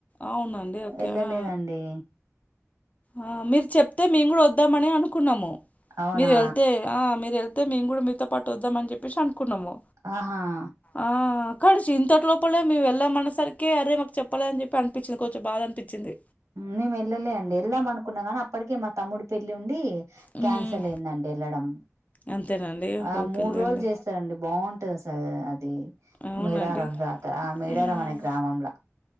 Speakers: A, on the left; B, on the right.
A: అవునండి ఓకే
B: వెళ్ళలేదండి
A: ఆ ఆ మీరు చెప్తే మేము కూడా వద్దామని అనుకున్నాము
B: అవునా
A: మీరు వెళ్తే ఆ మీరు వెళ్తే అతే మేము కూడా మీతో పాటు వద్దాం అని చెప్పేసి అనుకున్నాము
B: ఆహా
A: ఆ కాడి ఇంతటి లోపలే మేము వెళ్ళామన్నసరికే అరే మాకు చెప్పలేని చెప్ప అనిపించింది కొంచెం బాధ అనిపించింది
B: మేము వెళ్ళలే అండి వెళ్ళాం అనుకున్నాం నీ అప్పటికే మా తమ్ముడి పెళ్లి ఉండి
A: హ్మ్.
B: క్యాన్సల్ అయిందండి వెళ్ళడం
A: అంతేనండి.
B: ఆ
A: ఓకేలేండి.
B: మూడు రోజులు చేస్తారండి బాగుంట టది స అది
A: అవునండి.
B: మేడారం జాతర ఆ మేడారం
A: హ్మ్.
B: అనే గ్రామంలా